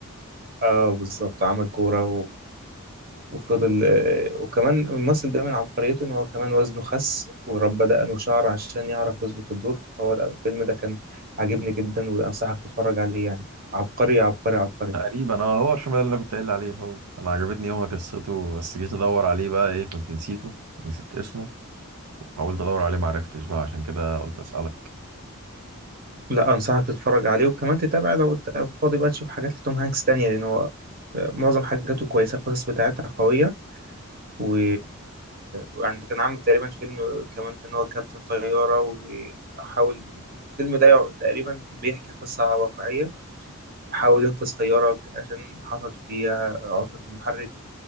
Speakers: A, on the right (about 40°); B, on the right (about 85°).
A: اه بالظبط عمل كورة وفضل آه، وكمان الممثل ده من عبقريته ان هو كمان وزنه خس وربى دقنه شعر عشان يعرف يظبط الدور فهو ده- الفيلم ده كان عاجبني جدا وانصحك تتفرج عليه يعني عبقري عبقري عبقري
B: تقريبا اه هو الفيلم ده اللي انا كنت قايل عليه هو انا عجبتني يومها قصته بس جيت ادور عليه بقى ايه كنت نسيته نسيت اسمه وحاولت ادور عليه معرفتش بقى عشان كده قلت اسالك
A: لا انصحك تتفرج عليه وكمان تتابع لو انت فاضي بقى تشوف حاجات لتوم هانكس تانية لان هو آه، معظم حاجاته كويسة القصص بتاعتها قوية و... ويعني كان عامل تقريبا فيلم كمان كان هو كابتن طيارة وحاول الفيلم ده يع- تقريبا بيحكي قصة واقعية حاول ينقذ طيارة عشان حصل فيها عطلة في المحرك